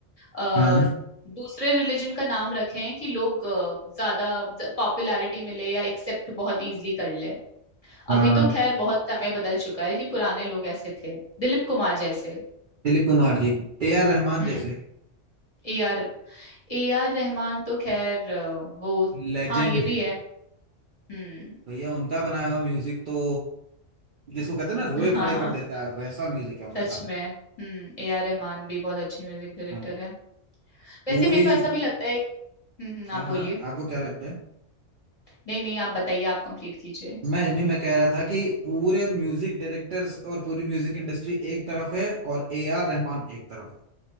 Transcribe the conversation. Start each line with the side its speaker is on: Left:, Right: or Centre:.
Left: अ,
Right: हाँ
Left: दूसरे रिलीजन का नाम रखे हैं कि लोग अ, ज्यादा पॉपुलैरिटी मिले या एक्सेप्ट बहुत इजीली कर ले
Right: हाँ
Left: अभी तो खैर बहुत समय बदल चुका है लेकिन पुराने लोग ऐसे थे दिलीप कुमार जैसे
Right: दिलीप कुमार जी ए आर रहमान
Left: हम्म
Right: जैसे
Left: A R A R Rahman तो खैर अ, वो
Right: लेजेंड
Left: हाँ ये
Right: है
Left: भी है हम्म
Right: भैया उनका बनाया हुआ म्यूजिक तो जिसको कहते हैं ना रोए
Left: हाँ
Right: खड़े कर देता है वैसा म्यूजिक है उनका
Left: सच में हम्म ए आर रहमान भी बहुत अच्छे म्यूजिक डायरेक्टर
Right: हाँ
Left: हैं वैसे
Right: पूरी
Left: मेरे को ऐसा भी लगता है हम्म हम्म, आप
Right: हाँ हाँ
Left: बोलिए
Right: आपको क्या लगता है
Left: नहीं नहीं आप बताइए आप कंप्लीट कीजिए
Right: मैं इन्हीं में कह रहा था कि पूरे म्यूजिक डायरेक्टर्स और पूरी म्यूजिक इंडस्ट्री एक तरफ है और ए आर रहमान एक तरफ